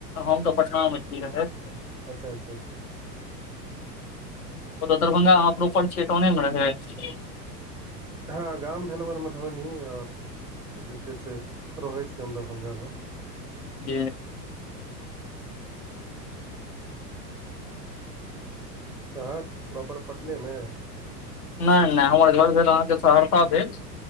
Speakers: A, on the left; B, in the centre.
A: हम तऽ पटनामे छी रहैत
B: अच्छाच्ाचा
A: ओतऽ दरभंगा में परोपर आहाँ छी टाउने में रहेत
B: हँ गाम भेल हमर मधुबनी और जे छै से रहे छी हम दरभंगा मे
A: जे
B: आहाक प्रॉपर पटने मे
A: नहि नहि हमर घर भेल अहाँके सहरसा भेल